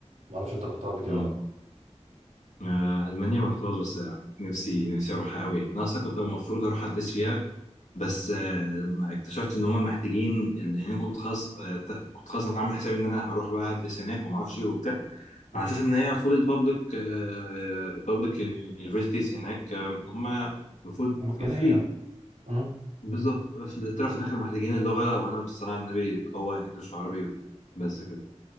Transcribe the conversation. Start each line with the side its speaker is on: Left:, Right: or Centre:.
Right: ما اعرفش انت رحتها قبل كده
Left: امم
Right: ولا لا
Left: آه المانيا ما رحتهاش بس نفسي نفسي اروحها قوي يعني. انا اصلا كنت المفروض هروح ادرس فيها بس آه، لما اكتشفت ان هم محتاجين لان انا كنت خلاص آه، ت- كنت خلاص عامل حسابي ان انا هروح بقى ادرس هناك وما اعرفش ايه وبتاع
Right: مهم.
Left: على اساس ان هي فول البابليك البابليك يونيفرسيتيز هناك آه، هم المفروض
Right: مجانيه
Left: فور فري
Right: مهم.
Left: بالظبط في- طلع في الاخر محتاجين اللغه وانا بالصلاه على النبي هو انجلش وعربي بس كده